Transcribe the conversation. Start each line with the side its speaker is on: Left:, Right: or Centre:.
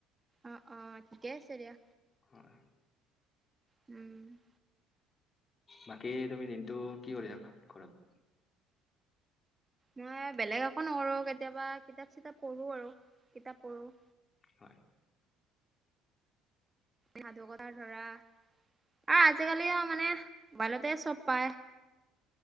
Right: অঁ, অঁ ঠিকে আছে দিয়া।
Left: হয়।
Right: উ'ম।
Left: বাকী তুমি দিনটো কি কৰি থাকা ঘৰত
Right: মই বেলেগ একো নকৰোঁ কেতিয়াবা কিতাপ- চিতাপ পঢ়োঁ আৰু কিতাপ পঢ়োঁ।
Left: হয়।
Right: সাধু কথা ধৰা আৰু আজিকালি আও মানে মবাইলতে চব পায়।